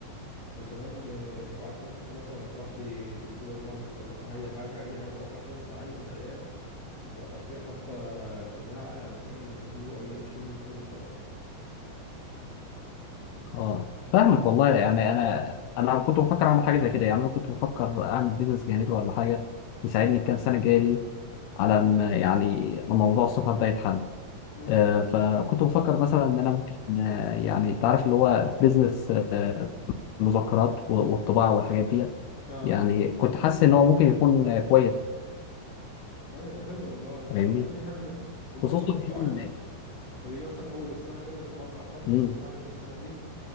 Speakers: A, on the left; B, on the left.
A: لو كمان آه، لو قعدت هنا بفكر مثلا افتح لي سوبر ماركت ولا افتح اي حاجة اي حاجة اوقف فيها مثلا عيل من العيال اوقف فيها حتى الجماعة يعني ايه يجيبوا اي قرشين يسندوا وخلاص
B: اه فاهمك والله يعني انا انا كنت بفكر اعمل حاجه زي كده يعني انا كنت بفكر اعمل بيزنس جانبي ولا حاجه يساعدني الكام سنه الجايه دي على ما يعني موضوع السفر ده يتحل
A: امم
B: آه، فكنت بفكر مثلا ان انا ممكن آه، يعني انت عارف اللي هو بيزنس المذكرات و- والطباعه والحاجات ديت
A: اه
B: يعني كنت حاسس ان هو ممكن يكون آه، كويس
A: اه يبقى حلو والله انت
B: فاهمني
A: عارف اي حاجة تسند كنت بخطط
B: خصوصا
A: برضو
B: يعني
A: عارف
B: ان
A: لما بيجي مثلا اول السنة كده لازم اقعد بقى اخطط
B: مم،
A: واقول هعمل ايه في السنة دي